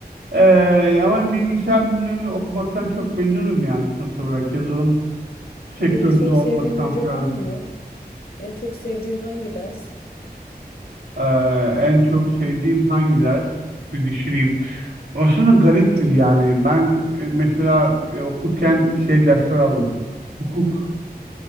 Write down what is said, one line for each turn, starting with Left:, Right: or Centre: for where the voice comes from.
Right: Ee, ama bilgisayar bilimlerini okumaktan çok memnunum yani sonuç olarak yazılım sektöründe
Left: Peki çok
Right: olmaktan
Left: sevdiğin hoca
Right: falan.
Left: var mı? En çok sevdiğin hangi ders?
Right: Ee, en çok sevdiğim hangi ders? Bir düşüneyim. Aslında gariptir yani. Ben e, mesela e, okurken şey dersler aldım. Hukuk,